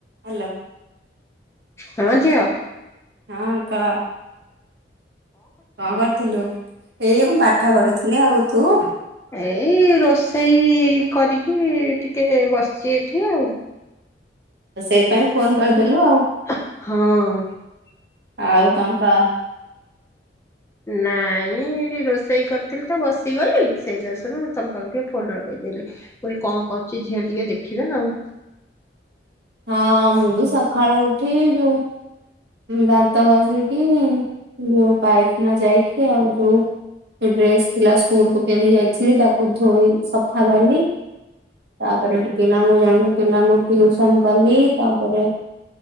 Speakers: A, on the right (about 70°); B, on the left (about 15°).
A: Hello.
B: ହଁ ଝିଅ
A: ହଁ କହ। କଣ କରିଥିଲୁ ଏଇ ମୁଁ ପାଠ ପଢୁଥିଲି ଆଉ। ତୁ?
B: ଏଇ ରୋଷ ସେଇ କରିକି ଟିକେ ବସିଛି ଏଠି ଆଉ।
A: ସେଇଥିପାଇଁ ଫୋନ କରିଦେଲୁ ଆଉ।
B: ହଁ।
A: ଆଉ କଣ କହ।
B: ନାଇଁ ରୋଷେଇ କରିଥିଲି ତ ବସିଗଲି ସେଇ ଦଷରୁ ତମ ପାଖକୁ ଟିକେ ଫୋନ ଲଗେଇଦଲି ପ କଣ କରୁଛି ଝିଅ ଟିକେ ଦେଖିବା ଆଉ।
A: ହଁ ମୁଁ ବିି ସଖାଳୁ ଉଠି ଯଉ ଦାନ୍ତ ଘସିକ ଯୋଉ ପାଇଖାନା ଯାଇକି ଆଉ ଯୋଉ ଡ୍ରେସ ଥିଲା ସ୍କୁଲ କୁ ପିନ୍ଧି ଯାଇଥିଲି ତାକୁ ଧୋଇ ସ ଫା କଲି ତାପରେ ଏଠି ପିଲାଙ୍କୁ ଜାଣ ପିଲାଙ୍କୁ ଟିଉସନ କଲି ତାପରେ